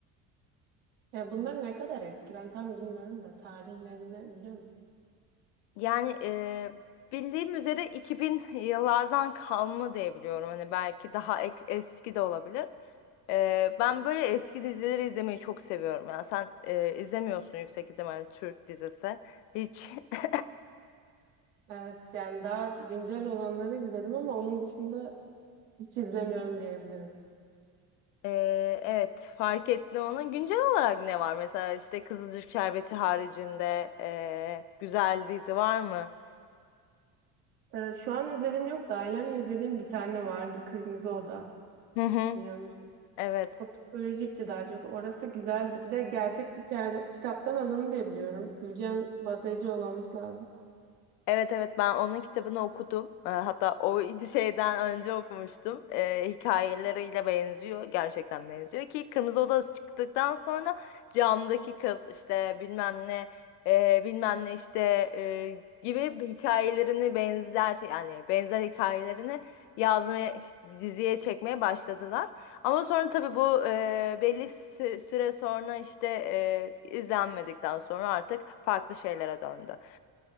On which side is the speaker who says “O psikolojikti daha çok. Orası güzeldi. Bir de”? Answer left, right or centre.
Right